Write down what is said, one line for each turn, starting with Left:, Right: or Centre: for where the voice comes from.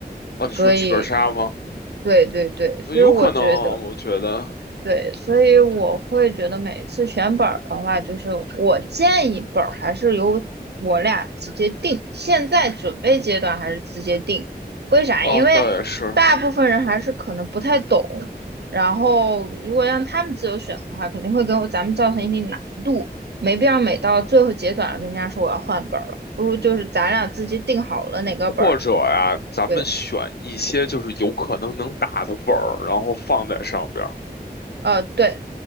Left: 啊，你说剧本杀吗？
Right: 所以，对对对，所以我觉得。
Left: 呃有可能啊，我觉得，
Right: 对，所以我会觉得每次选本儿的话，就是我建议本儿还是由我俩直接定，现在准备阶段还是直接定。为啥？
Left: 哦，
Right: 因为大部分人还是可能不太懂，
Left: 倒也是，
Right: 然后如果让他们自由选的话，肯定会给我咱们造成一定难度，没必要每到最后阶段了跟人家说我要换本儿了，不如就是咱俩自己定好了哪个本儿。
Left: 或者呀，咱们选一些就是有可能能打的本儿，
Right: 对。
Left: 然后放在上边儿。
Right: 呃，对，